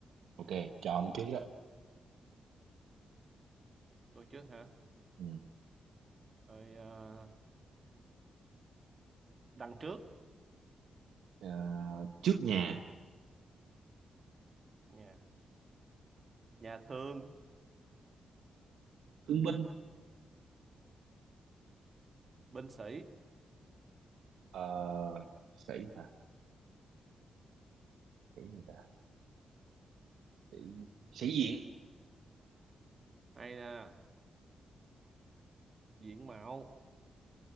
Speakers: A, on the right; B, on the right.
A: Ok, chọn trước đó.
B: tôi trước hả?
A: Ừ.
B: Rồi à, đằng trước
A: Ờ, trước nhà,
B: nhà nhà thương,
A: thương binh,
B: binh sĩ
A: Ờ, sĩ hả? Sĩ gì ta? Sĩ, sĩ diện,
B: hay là diện mạo